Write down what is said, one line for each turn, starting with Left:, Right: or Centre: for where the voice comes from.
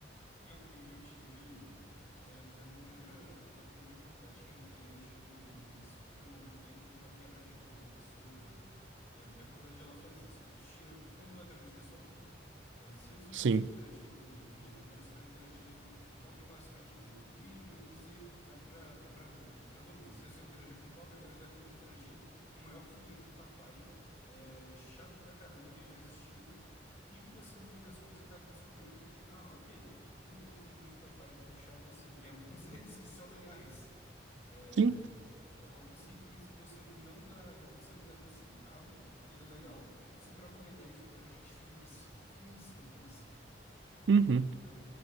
Left: Em algum nível eu tive, é, na minha primeira, na primeira faculdade que eu entrei, eu tive muito isso, que foi um momento que teve uma quebra de bolha absurda, que, é- que a faculdade ela faz isso, ela te tira completamente da sua bolha. É, se antes você
Right: Sim.
Left: só interagia com, com rico, agora você vai interagir com pobre, classe média e rico. E, e isso aí vale para para todo mundo. Se você só interagia com pobre, agora você vai ter que interagir com o maior filhinho de papai, é, chato pra caramba que já existiu. E que você, no fim das contas, acaba descobrindo que, ah, ok, nem todo filhinho de papai é tão chato assim. Tem alguns <laughs> deles que são legais. É,
Right: Sim.
Left: al- alguns riquinhos que você não dá, dá- você não daria um centavo que ele é legal. Você troca uma ideia, tipo, cara, gente finíssima, finíssima, finíssima.
Right: Uhum.
Left: Então,